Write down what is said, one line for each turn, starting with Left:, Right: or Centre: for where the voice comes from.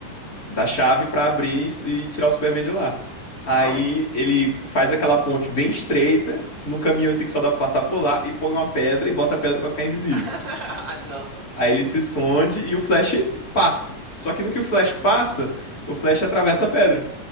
Left: da chave pra abrir e, e tirar o Superman de lá. Aí
Right: <laughs> Aham.
Left: ele faz aquela ponte bem estreita, se- num caminho assim que só dá pra passar por lá, e põe uma pedra e bota a pedra pra ficar invisível.
Right: <laughs> Ah, não.
Left: Aí ele se esconde e o Flash passa. Só que no que o Flash passa, o Flash atravessa a pedra.